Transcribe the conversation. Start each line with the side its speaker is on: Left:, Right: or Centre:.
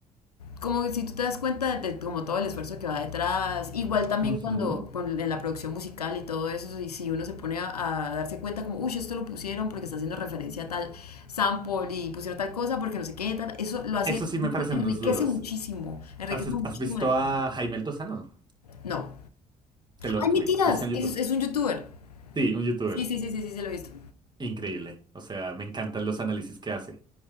Left: como que si tú te das cuenta de como todo el esfuerzo que va detrás, igual también
Right: Ujú.
Left: cuando con- en la producción musical y todo eso, y si uno se pone a, a darse cuenta como, uy, esto lo pusieron porque está haciendo referencia a tal sample y pusieron tal cosa porque no sé qué, tal", eso lo hace,
Right: Eso sí me parecen
Left: enriquece
Right: unos duros.
Left: muchísimo, enriquece
Right: ¿Has,
Left: muchísimo
Right: has visto
Left: la experiencia.
Right: a Jaime El Tozano?
Left: No.
Right: Te lo recomiendo.
Left: ¡Ay, mentiras!
Right: Busca en YouTube.
Left: Es, es un youtuber.
Right: Sí, un youtuber.
Left: Sí, sí, sí, sí, sí, se lo he visto.
Right: Increíble. O sea, me encantan los análisis que hace.